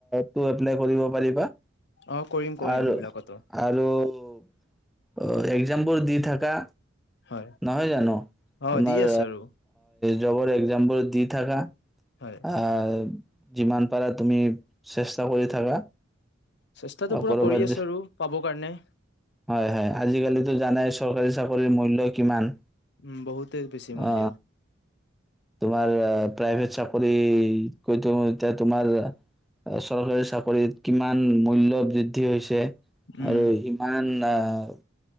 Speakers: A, in the centre; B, on the left (about 60°).
A: তো এপ্লাই কৰিব পাৰিবা
B: অ কৰিম কৰিম
A: আৰু-
B: সেইবিলাকতো
A: আৰু <inaudible> অ', একজাম বোৰ দি থাকা
B: হয়
A: নহয় জানো?
B: অ
A: তোমাৰ
B: দি আছো আৰু
A: জবৰ একজাম বোৰ দি থাকা
B: হয়
A: আ যিমান পাৰা তুমি চেষ্টা কৰি থাকা
B: চেষ্টাতো
A: আৰু
B: পুৰা
A: কৰ'বাত
B: কৰি
A: যে
B: আছোঁ আৰু, পাবৰ কাৰণে।
A: হয় হয় আজিকালিতো জানাই চৰকাৰী চাকৰিৰ মূল্য কিমান?
B: উম। বহুতেই বেছি মূল্য
A: অ তোমাৰ প্ৰাইভেট চাকৰি। কিন্তু এতিয়া তোমাৰ চৰকাৰী চাকৰিত কিমান মূল্য বৃদ্ধি হৈছে?
B: উম
A: আৰু সিমান টাও